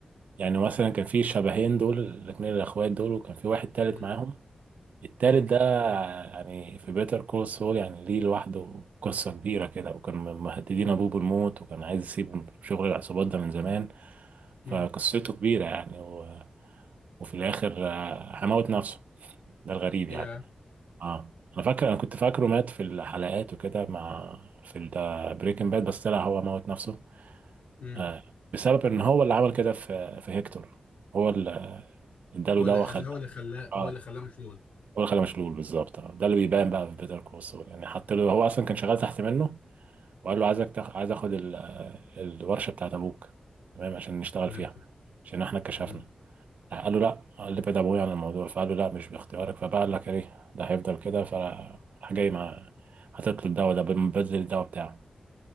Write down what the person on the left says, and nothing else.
امم
امم
امم
يا
امم
هو
اللي اذاه
هو اللي خلاه
هو
اللي خلاه مشلول
فهمتك
مم.